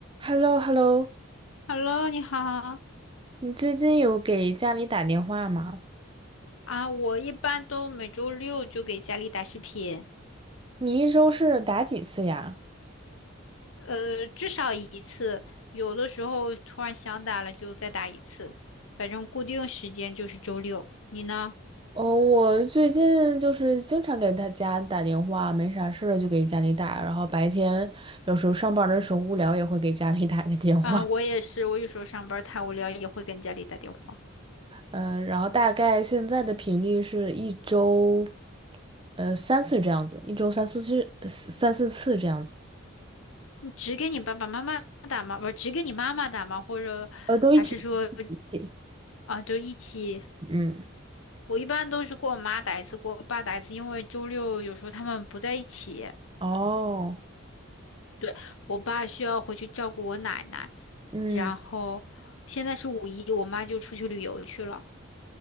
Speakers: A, on the right; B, on the left.
A: h e l l o h e l l o
B: Hello，你好
A: 你最近有给家里打电话吗？
B: 啊！我一般都每周六就给家里打视频，
A: 你一周是打几次呀？
B: 呃，至少一次，有的时候突然想打了就再打一次，反正固定时间就是周六。你呢？
A: 哦，我最近就是经常给他家打电话，没啥事儿就给家里打，然后白天有时候上班的时候无聊也会给家里打个电话。
B: 啊，我也是，我有时候上班太无聊也会跟家里打电话。
A: 嗯、然后大概现在的频率是一周，呃，三次这样子，一周三四次，三四次这样子。
B: 你只给你爸爸妈妈打吗？不是，只给你妈妈打吗？或者还是说
A: 呃，都一起一起。一起
B: 啊，就一起？
A: 嗯，
B: 我一般都是给我妈打一次，给我爸打一次，因为周六有时候他们不在一起。
A: 哦，
B: 对，我爸需要回去照顾我奶奶，
A: 嗯。
B: 然后现在是五一，我妈就出去旅游去了。